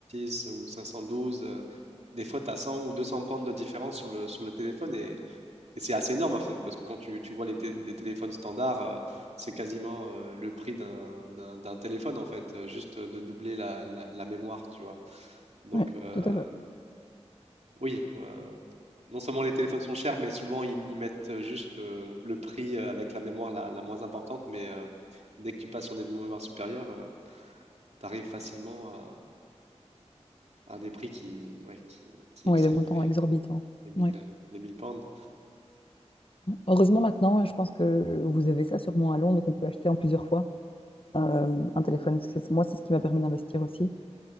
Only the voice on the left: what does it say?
Ouais,
tout à fait.
Ouais,
des montants
exorbitants.
Ouais.
Heureusement maintenant, je pense que vous avez ça sûrement à Londres, on peut acheter en plusieurs fois euh, un téléphone. Parce que c'est- Moi, c'est ce qui m'a permis d'investir aussi.